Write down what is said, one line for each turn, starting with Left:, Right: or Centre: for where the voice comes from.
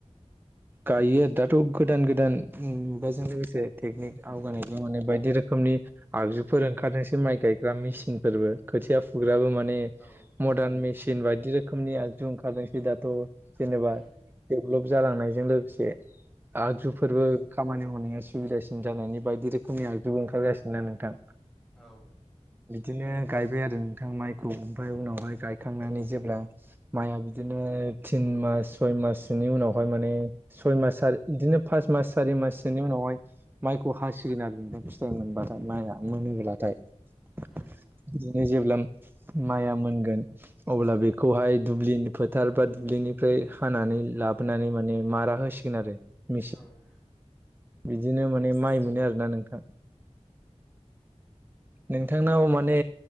Right: गायो आरो दाथ' गोदान गोदान मुगाजों लोगोसे टेकनिक आवगायनायजों माने बायदि रोखोमनि आगजुफोर ओंखारसै माइ गायग्रा मेसिन फोरबो खोथिया फुग्राबो मोन माने
Centre: औ
Right: मदार्न मेसिन बायदि रोखोमनि आगजु ओंखारदोंसै दाथ' जेनेबा
Centre: उम
Right: डेभलप जालांनायजों लोगोसे आगजुफोरबो
Centre: औ
Right: खामानि मावनाया सुबिदासिन जानायनि बायदि रोखोमनि आगजु ओंखारगासिनोना नोंथां
Centre: औ
Right: बिदिनो गायबाय आरो माइखौ ओमफ्राय उनावहाय गायखांनानै जेब्ला माइआ बिदिनो तिन मास सय माससोनि उनाव हाय माने सय मास बिदिनो फास मास सारि माससोनि उनावहाय माइखौ हासिगोन आरो फिथाइ मोनबाथाय माइया मोनोलाथाय
Centre: उम
Right: बिदिनो जेब्ला माइया मोनगोन अब्ला बेखौहाय दुब्लिनि फोथार बा दुब्लिनिफ्राय हानानै लाब बनानै माने मारा होसिगोन आरो मेचिन
Centre: औ
Right: बिदिनो माने माइ मोनो आरोना नोंथां नोंथांनाव माने